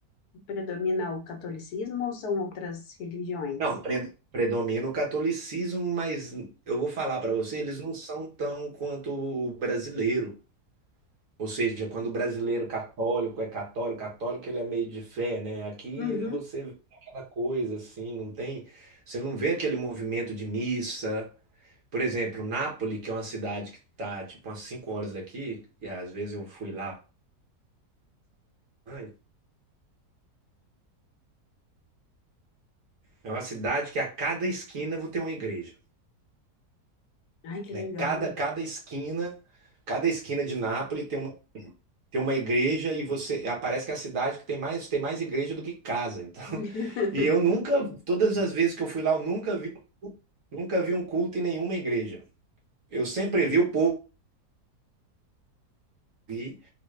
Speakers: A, on the left; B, on the right.
A: Predomina o catolicismo ou são outras religiões?
B: não, pre- predomina o catolicismo, mas eu vou falar pra você, eles não são tão quanto o brasileiro. Ou seja, quando o brasileiro católico é católico, católico ele é meio de fé, né? Aqui
A: Uhum.
B: você vê aquela coisa assim, não tem, você não vê aquele movimento de missa. Por exemplo, Nápoles, que é uma cidade que está tipo umas 5 horas daqui, e às vezes eu fui lá bastante, é uma cidade que a cada esquina vou ter uma igreja,
A: Ai, que
B: né?
A: legal.
B: Cada cada esquina, cada esquina de Nápoles tem uma tem uma igreja e você parece que é a cidade que tem mais tem mais igreja do que casa então
A: <laughs>
B: <laughs> e eu nunca todas as vezes que eu fui lá eu nunca vi nunca vi um culto em nenhuma igreja eu sempre vi o povo vi